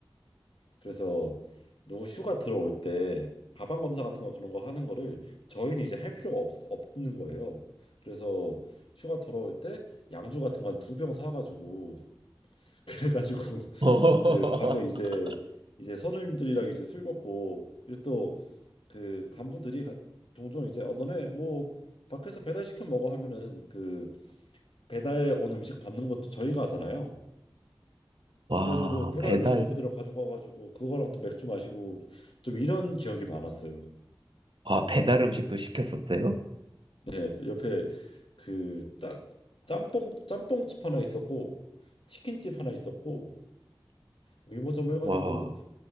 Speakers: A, on the left; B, on the right.
A: 그래서 누구 휴가 들어올 때 가방 검사 같은 거 그런 거 하는 거를 저희는 이제 할 필요가 없, 없는 거예요. 그래서 휴가 돌아올 때 양주 같은 거 한 두 병 사가지고 <laughs> 그래가지고
B: <laughs>
A: 그 밤에 이제 이제 선우님들이랑 이제 술 먹고 그리고 또 그 간부들이 가- 종종 이제 어 너네 뭐 밖에서 배달 시켜 먹어 하면은 그 배달 온 음식 받는 것도 저희가 하잖아요.
B: 와,
A: 그래가지고 배달
B: 배달.
A: 음식도 그대로 가지고 와가지고 그거랑 또 맥주 마시고 좀 이런 기억이 많았어요.
B: 아, 배달 음식도 시켰었어요?
A: 네, 옆에 그 따, 짬뽕 짬뽕집 하나 있었고 치킨집 하나 있었고 위모점 해가지고
B: 와,